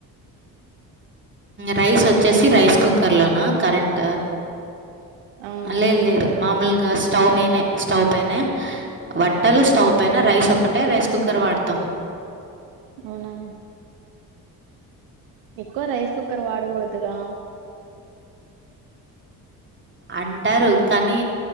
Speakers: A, on the right; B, on the right.
A: రైస్ వచ్చేసి
B: పొయ్యిలు
A: రైస్
B: కట్టుకుంటారు
A: కుక్కర్లోన కరెంట్
B: ఆ
A: లేదు లేదు మామూలుగా స్టవ్ మీనే స్టవ్ పైనే వంటలు స్టవ్ పైన రైస్ ఒకటే రైస్ కుక్కర్ వాడతాం
B: అవునా ఎక్కువ రైస్ కుక్కర్ వాడకూడదుగా
A: అంటారు కానీ